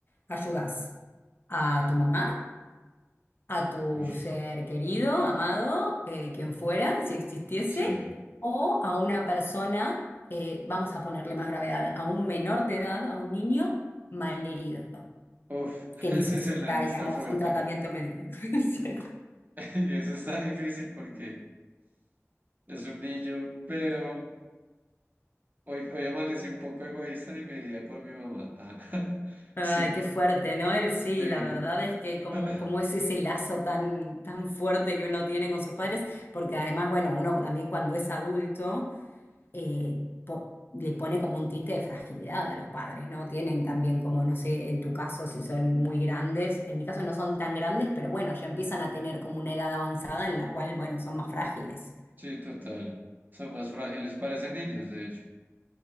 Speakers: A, on the left; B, on the right.
A: Ayudas a tu mamá a tu
B: Uy,
A: ser querido, amado, eh, quien fuera, si existiese,
B: sí.
A: o a una persona, eh, vamos a ponerle más gravedad, a un menor de edad, a un niño malherido,
B: Uf, <laughs>
A: que
B: ese
A: necesita,
B: escenario
A: digamos,
B: está fuerte.
A: un tratamiento médico. <laughs>
B: <laughs> Y eso está difícil porque es un niño, pero hoy, hoy amanecí un poco egoísta y me iría por mi mamá. Ah, <laughs>
A: Ay,
B: sí,
A: qué fuerte, ¿no? Él sí,
B: sí.
A: la verdad es que como,
B: <clears throat>
A: como es ese lazo tan, tan fuerte que uno tiene con sus padres, porque además, bueno, uno también cuando es adulto eh, po- le pone como un tinte de fragilidad a los padres, ¿no? Tienen también como, no sé, en tu caso si son muy grandes, en mi caso no son tan grandes, pero bueno, ya empiezan a tener como una edad avanzada en la cual, bueno, son más frágiles.
B: Sí, total. Son más frágiles, parecen niños, de hecho.